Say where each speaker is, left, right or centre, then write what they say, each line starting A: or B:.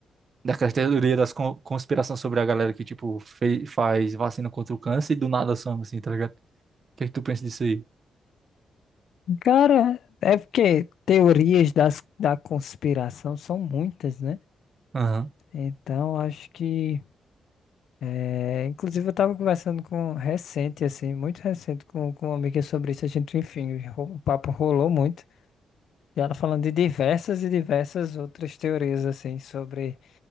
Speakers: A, on the right (about 50°); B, on the left (about 75°).
A: da teoria das con conspirações sobre a galera que, tipo, fe- faz vacina contra o câncer e do nada some, assim, tá ligado? O que é que tu pensa disso aí?
B: Cara, é porque teorias das, da conspiração são muitas, né?
A: Aham.
B: Então, acho que. é, inclusive, eu tava conversando com recente, assim, muito recente, com, com uma amiga sobre isso. A gente, enfim, ro- o papo rolou muito. E ela falando de diversas e diversas outras teorias, assim, sobre.